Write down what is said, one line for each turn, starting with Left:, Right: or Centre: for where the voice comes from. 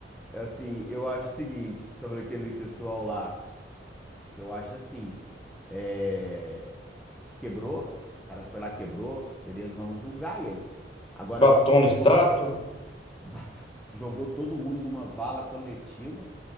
Centre: É Assim, eu acho o seguinte, sobre aquele pessoal lá, eu acho assim, é... Quebrou, o cara foi lá, quebrou, beleza, vamos julgar ele. Agora,
Left: batom na
Centre: jo-
Left: estátua.
Centre: <laughs> bat- jogou todo mundo numa vala coletiva,